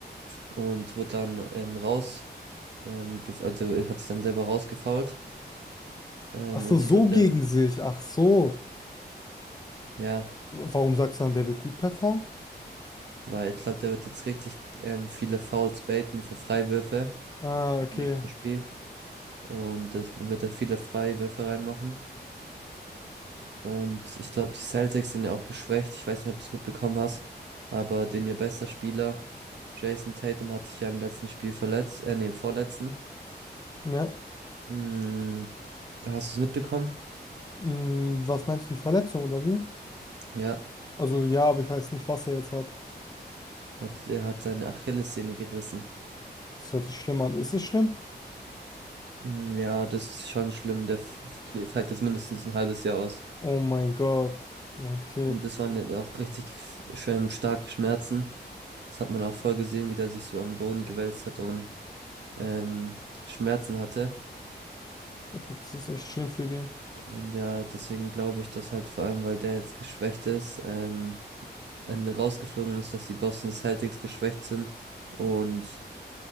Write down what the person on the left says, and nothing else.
Ach so,
so
gegen sich. Ach so.
Warum sagst du dann, der wird gut performen?
Ah,
okay.
Ja.
Hm, was meinst du, die Verletzung oder wie?
Also ja, aber ich weiß nicht, was er jetzt hat.
Das hört sich schlimm an. Ist es schlimm?
Oh mein Gott. Ja, okay.
Okay, das ist echt schlimm für den.